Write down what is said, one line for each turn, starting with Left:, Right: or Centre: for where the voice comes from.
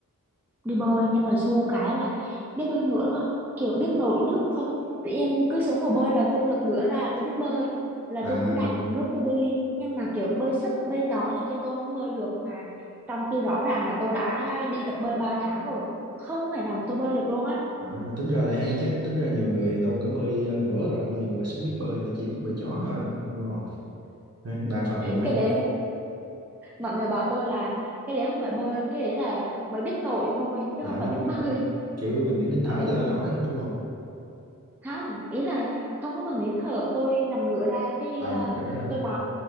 Centre: đi bơi nhưng mà xu cái là biết bơi ngửa thôi, kiểu biết nổi nước thôi. Tự nhiên cứ xuống hồ bơi là tôi lật ngửa ra là tôi biết bơi, là
Right: à,
Centre: tôi cứ đạp nước tôi đi. Nhưng mà kiểu bơi sấp, bơi chó này kia tôi không bơi được mà trong khi rõ ràng là tôi đã đi tập bơi 3 tháng rồi, không thể nào mà tôi bơi được luôn á.
Right: à tính ra lại hay chứ tính ra nhiều người đâu có bơi ờ, ngửa rồi đâu nhiều người xuống biết bơi người ta chỉ biết bơi chó thôi đúng không Đấy, đa phần luôn á
Centre: Cái đấy mọi người bảo tôi là cái đấy không phải bơi cái đấy là mới biết nổi thôi chứ
Right: à
Centre: không phải
Right: biết
Centre: biết
Right: nổi
Centre: <laughs> bơi
Right: kiểu mình biết nín thở
Centre: ừ.
Right: cho nó nổi thôi đúng không
Centre: không ý là không có cần nín thở tôi nằm ngửa ra cái
Right: à
Centre: ờ,
Right: nằm ngửa ra thôi
Centre: tôi đạp